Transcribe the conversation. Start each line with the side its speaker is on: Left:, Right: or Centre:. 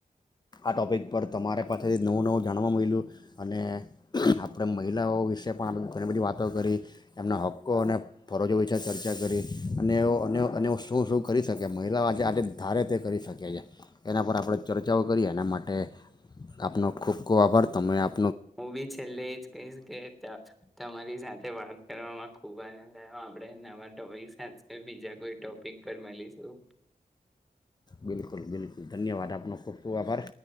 Left: આ ટૉપિક પર તમારે પાસેથી નવું નવું જાણવા મળલ્યું અને આપણે મહિલાઓ વિશે પણ આપ ઘણી બધી વાતો કરી એમના હક કો અને ફરજો વિશે ચર્ચા કરી અને એ અને એ શું શું કરી શકે મહિલાઓ આજે આજે ધારે તે કરી શકે છે એના પર આપણે ચર્ચાઓ કરીએ એના માટે આપનો ખૂબ ખૂબ આભાર તમે આપ
Centre: હું બી છેલ્લે એજ કહીશ કે તમારી સાથે વાત કરવા ખુબ આનંદ આવ્યો આપણે નવા ટોપિક સાથે બીજા કોઈ ટોપિક પર મળીશું
Left: બિલકુલ બિલકુલ ધન્યવાદ આપનો ખૂબ ખૂબ આભાર